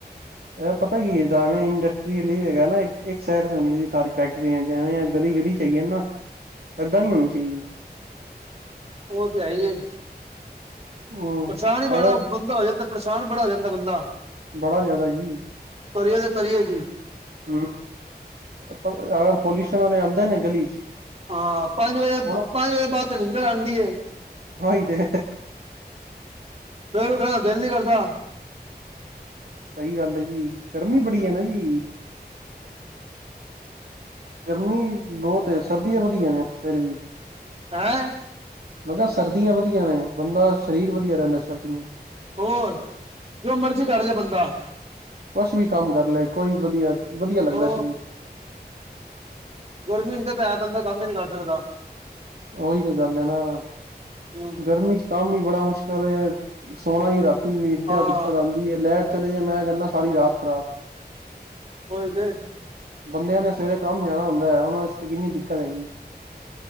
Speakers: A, on the right; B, on the right.
A: ਐਹ ਪਤਾ ਕੀ ਏ ਜੈਵੇਂ ਇੰਡਸਟਰੀ ਏਲੀਏ ਹੈਗਾ ਨਾ, ਏ ਏਕ ਸਾਈਡ ਤੇ ਹੋਣੀ ਚਾਈਦੀ ਸਾਰੀ ਫੈਕਟਰੀਆਂ ਜੈਵੇਂ ਐਹ ਗਲੀ-ਗਲੀ ਚ ਹੈਗੀਆਂ ਨੇ ਨਾ, ਐਦਾਂ ਨਈ ਹੋਣੀ ਚਾਈਦੀ।
B: ਓਹ ਤੇ ਹੈ ਈ ਏ।
A: ਹਮ
B: ਪਰੇਸ਼ਾਨ ਈ ਬੜਾ
A: ਅਗਰ
B: ਬੰਦਾ ਹੋ ਜਾਂਦਾ, ਪਰੇਸ਼ਾਨ ਬੜਾ ਹੋ ਜਾਂਦਾ ਬੰਦਾ।
A: ਬੜਾ ਜਾਏਦਾ ਜੀ।
B: ਕਰੀਏ ਤੇ ਕਰੀਏ ਕੀ?
A: ਅਮ ਪ ਅਗਰ ਪਲਊਸ਼ਨ ਆਲੇ ਆਂਦੇ ਨੇ ਗਲੀ ਚ?
B: ਹਾਂ ਪੰਜ ਵਜੇ,
A: ਹੁਣ
B: ਪੰਜ ਵਜੇ ਤੇ ਬਾਦ ਨਿੰਦਰ ਆਂਦੀ ਏ।
A: ਓਈ ਤੇ
B: ਸਵੇਰੇ ਉੱਠਣ ਦਾ ਦਿਲ ਨੀ ਕਰਦਾ।
A: ਸਈ ਗੱਲ ਏ ਜੀ, ਗਰਮੀ ਬੜੀ ਏ ਨਾ ਜੀ। ਗਰਮੀ ਬੋਹਤ ਏ, ਸਰਦੀਆਂ ਵਧੀਆ ਨੇ ਫੇਰ ਵੀ।
B: ਹੈਂ?
A: ਮੈਂ ਕੇਆ ਸਰਦੀਆਂ ਵਧੀਆ ਨੇ, ਬੰਦਾ ਸ਼ਰੀਰ ਵਧੀਆ ਰੇਹੰਦਾ ਸਰਦੀਆਂ
B: ਹੋਰ ਜੋ ਮਰਜੀ ਕਰ ਲੇ ਬੰਦਾ।
A: ਕੁਛ ਵੀ ਕੰਮ ਕਰ ਲਏ, ਕੋਈ ਵਧੀਆ, ਵਧੀਆ ਲੱਗਦਾ
B: ਉਹ
A: ਏ ਸ਼ਰੀਰ।
B: ਗਰਮੀ ਚ ਤੇ ਪੈ ਬੰਦਾ ਕੰਮ ਹੀ ਨੀ ਕਰ ਸਕਦਾ।
A: ਓਹੀ ਤੇ ਗੱਲ ਏ ਨਾ,
B: ਹੂੰ
A: ਗਰਮੀ ਚ ਕੰਮ ਵੀ ਬੜਾ ਮੁਸ਼ਕਲ ਏ ਸੋਹਣਾ ਈ ਰਾਤੀ ਵੀ ਏਡਾ
B: ਹਾਂ
A: ਦਿੱਕਤ ਆਂਦੀ ਏ, ਲੈਟ ਚਲੇ ਜਾਏ ਮੈਂ ਕੇਹੰਨਾ ਸਾਰੀ ਰਾਤ ਖ਼ਰਾਬ।
B: ਓਈ ਤੇ।
A: ਬੰਦੇਆਂ ਨੇ ਸਵੇਰੇ ਕੰਮ ਜਾਣਾ ਹੁੰਦਾ ਏ, ਉਹਨਾਂ ਆਸਤੇ ਕਿੰਨੀ ਦਿੱਕਤ ਹੈਗੀ।